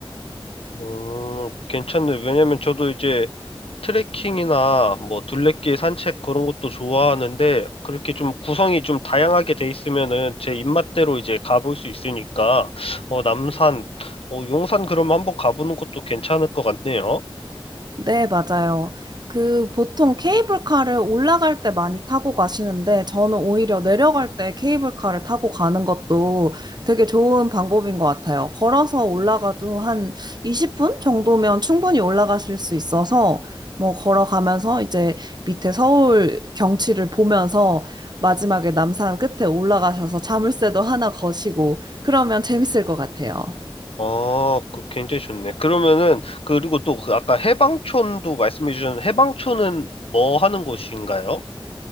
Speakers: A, on the left (about 80°); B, on the right (about 45°).
A: 음, 괜찮네. 왜냐면 저도 이제 트레킹이나 뭐 둘레길 산책 그런 것도 좋아하는데 그렇게 좀 구성이 좀 다양하게 돼 있으면은 제 입맛대로 이제 가볼 수 있으니까 어, 남산, 어, 용산 그러면 한번 가보는 것도 괜찮을 것 같네요.
B: 네, 맞아요. 그 보통 케이블카를 올라갈 때 많이 타고 가시는데 저는 오히려 내려갈 때 케이블카를 타고 가는 것도 되게 좋은 방법인 것 같아요. 걸어서 올라가도 한 20분 정도면 충분히 올라가실 수 있어서 뭐 걸어가면서 이제 밑에 서울 경치를 보면서 마지막에 남산 끝에 올라가셔서 자물쇠도 하나 거시고 그러면 재밌을 것 같아요.
A: 아, 그 굉장히 좋네. 그러면은 그리고 또그 아까 해방촌도 말씀해 주셨는데 해방촌은 뭐 하는 곳인가요?